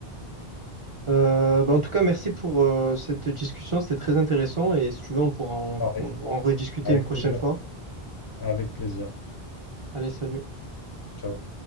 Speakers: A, on the right; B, on the left.
A: Euh, bah, en tout cas, merci pour euh, cette discussion. C'était très intéressant et si tu veux, on pourra en
B: Pareil,
A: en- en rediscuter
B: avec
A: une prochaine
B: plaisir.
A: fois.
B: Avec plaisir.
A: Allez, salut.
B: Ciao.